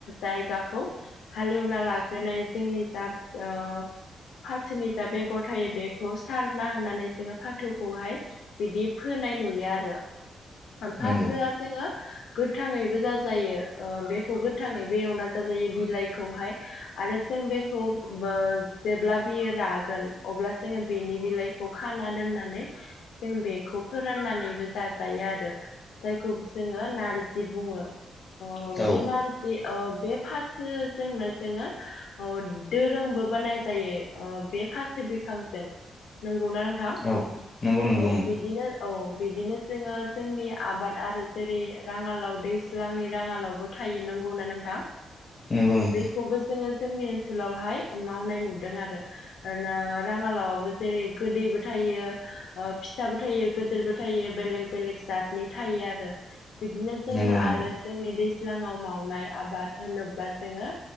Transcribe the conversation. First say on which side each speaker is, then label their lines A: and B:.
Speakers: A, on the left (about 85°); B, on the left (about 25°).
A: जायगाखौ। हालेवना लाग्रोनाय जोंनि जा ओ फाथोनि जा बेगर थायो बेखौ सारना होनानै जोङो फाथोखौहाय बिदि फोनाय नुयो आरो।
B: नंगौ
A: फाथोआ जोङो गोथाङैबो जाजायो बेखौ गोथाङै बे एवना जाजायो बिलाइखौहाय आरो जों बेखौ जेब्ला बियो रागोन अब्ला जोङो बेनि बिलाइखौ खाना दोननानै जों बेखौ फोराननानैबो जा जायो आरो। जायखौ जोङो नारजि बुङो।
B: औ
A: बे नार जि बे फाथोजोंनो जोङो दोरोंबो बानाय जायो। बे फाथो बिफांजों नंगौना नोंथां?
B: औ नंगौ नंगौ
A: औ
B: नंगौ
A: बिदिनो औ बिदिनो जोङो जोंनि आबाद आरो जेरै राङालाव दैज्लांनि राङालावबो थायो नंगौना नोंथां?
B: नंगौ नोंथां
A: बेखौबो जोङो जोंनि ओनसोलावहाय मावनाय नुदों आरो। आरो राङाालावाबो जेरै गोदैबो थायो ओ फिसाबो थायो गदिरबो थायो बेलेग बेलेग जातनि थायो आरो बिदिनो जोङो
B: नंगौ नंगौ
A: आरो जोंनि दैज्लाङाव मावनाय आबाद होनोब्ला जोङो